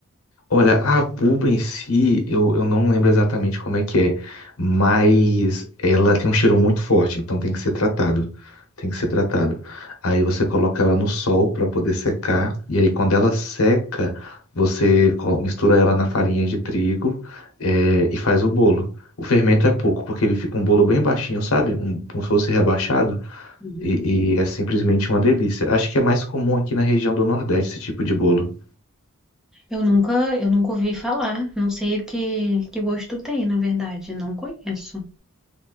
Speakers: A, on the left (about 75°); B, in the centre.
A: Olha, a pulga em si, eu, eu não lembro exatamente como é que é, mas ela tem um cheiro muito forte, então tem que ser tratado. Tem que ser tratado. Aí você coloca ela no sol para poder secar, e aí quando ela seca, você co- mistura ela na farinha de trigo, é, e faz o bolo. O fermento é pouco, porque ele fica um bolo bem baixinho, sabe? Um, como se fosse rebaixado,
B: Uhum.
A: e, e é simplesmente uma delícia. Acho que é mais comum aqui na região do Nordeste esse tipo de bolo.
B: Eu nunca, eu nunca ouvi falar. Não sei o que, que gosto tem, na verdade. Não conheço.